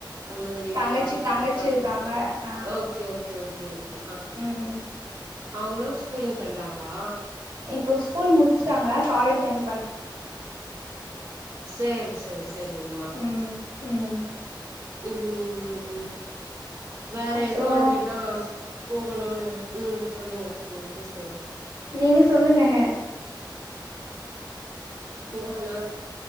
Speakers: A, on the right (about 40°); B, on the right (about 80°).
A: அது மாரி இருக்காங்க
B: தங்கச்சி
A: சி
B: தங்கச்சி
A: இருக்காங்க
B: ஆ
A: ஓகே ஓகே ஓகே ஓகே
B: ம்
A: அவுங்ளு ஸ்கூலிங் பண்றாங்ளா
B: இப்போ ஸ்கூல் முடிச்சுட்டாங்க காலேஜ் ஜாயின் பண்
A: சேரி சேரி செரிங்ம்மா
B: ம் ம்
A: ம் வேற
B: அப்றோ
A: எது மாதிரில்லா போகணுனு ம் சொல்லுங்க நீங்க பேசுங்க
B: நீங்க சொல்லுங்க ஹே
A: நானா